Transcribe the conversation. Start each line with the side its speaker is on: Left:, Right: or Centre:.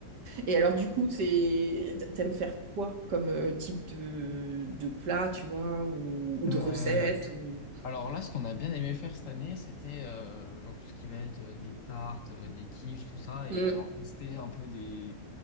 Right: et alors, du coup, c'est, t'aimes faire quoi comme euh, type de, de plat, tu vois, ou, ou
Left: Euh,
Right: de recette ou...
Left: alors là, ce qu'on a bien aimé faire cette année, c'était euh, genre tout ce qui va être euh, des tartes, euh, des quiches, tout ça,
Right: Hmm.
Left: et alors tester un peu des